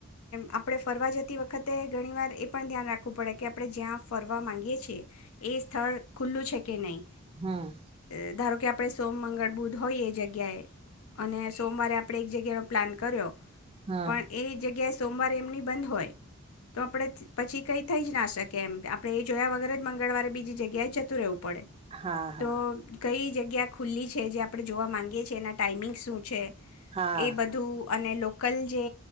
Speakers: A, on the left; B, on the right.
A: આપડે ફરવા જતી વખતે ઘણીવાર એ પણ ધ્યાન રાખવું પડે કે આપડે જ્યાં ફરવા માંગીએ છીએ એ સ્થળ ખુલ્લું છે કે નહી.
B: હમ
A: એ ધારો કે આપ આપડે સોમ, મંગળ, બુદ્ધ હોય એ જગ્યાએ અને સોમવારે આપડે એક જગ્યાનો પ્લાન કર્યો
B: હા
A: પણ એ જગ્યા સોમવારે એમની બંધ હોય તો આપણે પછી કંઈ થઈ જ ના શકે. કેમ આપણે એ જોયા વગર જ મગ મંગળવારે બીજી જગ્યાએ જતું રહવું. પડે
B: હા હા
A: તો કંઇ જગ્યા ખુલ્લી છે જે આપણે જોવા માંગીએ છીએ એના ટાઈમિંગ શું છે
B: હા
A: એ બધું અને લોકલ જે